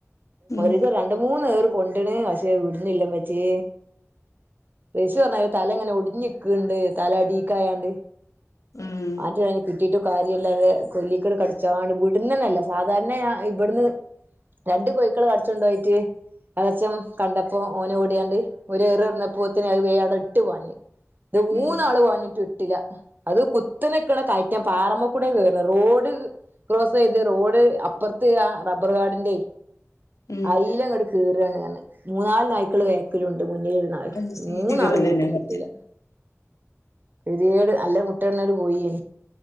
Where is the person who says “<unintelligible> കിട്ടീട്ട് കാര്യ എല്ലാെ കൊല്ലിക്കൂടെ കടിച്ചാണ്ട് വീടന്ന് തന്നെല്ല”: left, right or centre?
Right